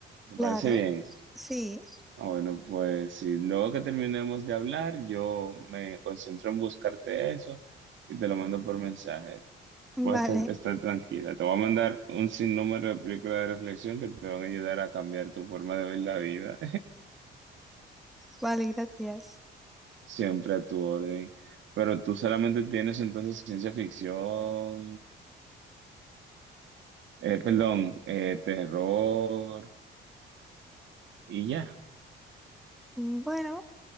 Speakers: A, on the right; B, in the centre.
A: ¿Te
B: Claro,
A: parece bien?
B: sí,
A: Ah, Bueno, pues sí, luego que terminemos de hablar, yo me concentro en buscarte eso y te lo mando por mensaje.
B: vale,
A: Puedes estar, estar tranquila. Te voy a mandar un sinnúmero de películas de reflexión que te van a ayudar a cambiar tu forma de ver la vida.
B: vale, gracias.
A: <laughs> Siempre a tu orden. Pero tú solamente tienes entonces ciencia ficción, eh, perdón, eh, terror y ya.
B: Bueno.